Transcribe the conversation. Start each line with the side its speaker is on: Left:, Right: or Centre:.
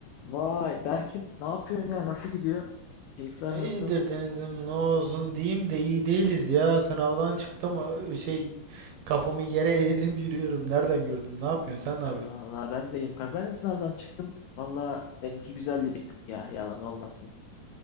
Left: Vay Berk'im ne yapıyorsun ya? Nasıl gidiyor? Keyifler
Right: İyidir
Left: nasıl?
Right: Deniz'im ne olsun diyeyim de iyi değiliz ya. Sınavdan çıktım ö- şey kafamı yere eğdim yürüyorum. Nereden gördün? Ne yapıyorsun? Sen ne
Left: Ee,
Right: yapıyorsun?
Left: Valla ben de iyiyim. Kanka ben de sınavdan çıktım. Valla benimki güzeldi bir tık ya. Yalan olmasın.